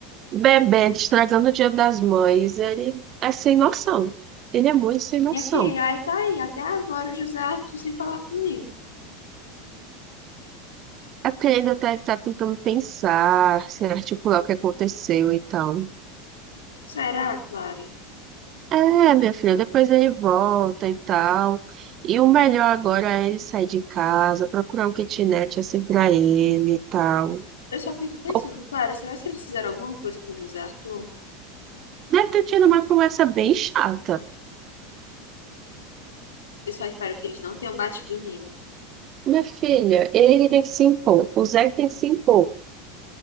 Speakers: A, on the right; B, on the left.
A: Bebê estragando o Dia das Mães, ele é sem noção. Ele é muito sem noção.
B: Minha filha, aí tá aí, até agora o José Arthur sem falar comigo.
A: É porque ele ainda tá, ele tá tentando pensar, se articular o que aconteceu e tal.
B: Será, Clara?
A: É, minha filha, depois ele volta e tal. E o melhor agora é ele sair de casa, procurar um kitnet assim pra ele e tal.
B: Eu só fico pensando,
A: Ou-
B: Clara, será que eles fizeram alguma coisa com o José Arthur?
A: Deve ter tido uma conversa bem chata.
B: Eu só espero que eles não tenham batido nele.
A: Minha filha, ele que tem que se impor. O Zé que tem que se impor.